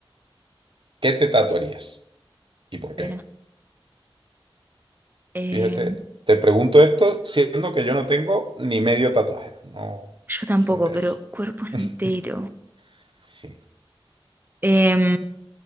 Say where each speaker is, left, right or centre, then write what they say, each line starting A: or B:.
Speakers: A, on the right; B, on the right.
A: ¿Qué te tatuarías? ¿Y por qué?
B: Pero, em,
A: Fíjate, te pregunto esto siendo que yo no tengo ni medio tatuaje. No
B: yo tampoco,
A: soy de
B: pero
A: eso.
B: cuerpo
A: <laughs>
B: entero.
A: Sí.
B: Em,